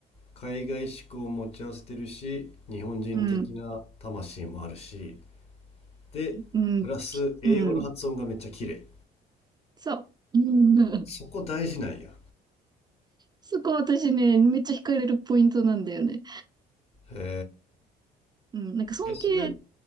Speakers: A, on the left; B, on the right.
A: 海外志向を持ち合わせてるし、日本人的な魂もあるし、
B: うん。
A: で、
B: うん。
A: プラス英語の発音がめっちゃ綺麗。
B: うん。そう。<laughs> うん。
A: そこ大事なんや。
B: そこ私ね、めっちゃ惹かれるポイントなんだよね。
A: へ
B: うん。なんか尊敬
A: え。え、それ、